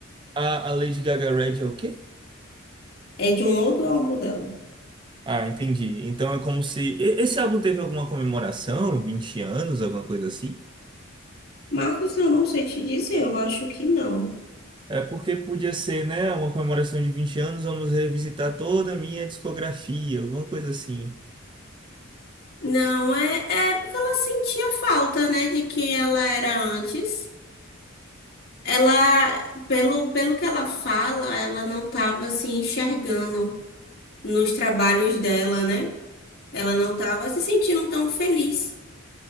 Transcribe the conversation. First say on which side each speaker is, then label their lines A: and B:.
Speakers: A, on the right (about 25°); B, on the left (about 50°).
A: A, a Lady Gaga Red é o quê?
B: É de um outro álbum dela.
A: Ah, entendi. Então é como se. e- Esse álbum teve alguma comemoração, 20 anos, alguma coisa assim?
B: Marcos, eu não sei te dizer, eu acho que não.
A: É porque podia ser, né? Uma comemoração de 20 anos, vamos revisitar toda a minha discografia, alguma coisa assim
B: Não, é, é porque ela sentia falta, né, de quem ela era antes. Ela, pelo, pelo que ela fala, ela não estava se enxergando nos trabalhos dela, né? Ela não estava se sentindo tão feliz.